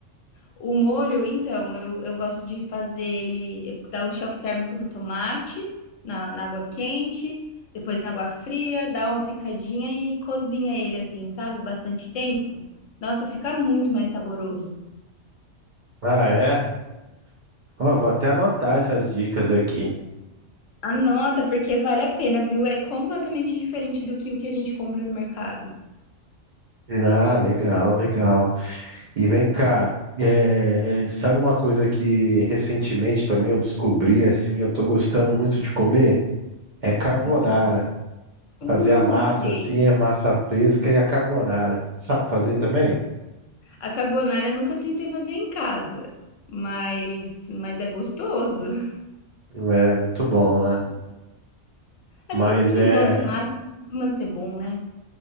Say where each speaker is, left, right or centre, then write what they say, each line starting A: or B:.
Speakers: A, on the left; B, on the right.
A: O molho, então, eu eu gosto de fazer ele dar o choque térmico no tomate, na na água quente, depois na água fria, dá uma picadinha e cozinha ele, assim, sabe, bastante tempo. Nossa, fica muito mais saboroso.
B: Ah, é? Ó, vou até anotar essas dicas aqui.
A: Anota, porque vale a pena, viu? É completamente diferente do que o que a gente compra no mercado.
B: Ah, legal, legal. E vem cá, eh, sabe uma coisa que recentemente também eu descobri, assim, eu tô gostando muito de comer? É carbonara.
A: Do... Uh,
B: Fazer a massa,
A: sei.
B: assim, a massa fresca e a carbonara. Sabe fazer também?
A: A carbonara eu nunca tentei fazer em casa, mas, mas é gostoso.
B: É muito bom, né?
A: É
B: Mas
A: tudo que
B: é,
A: envolve massa costuma ser bom, né?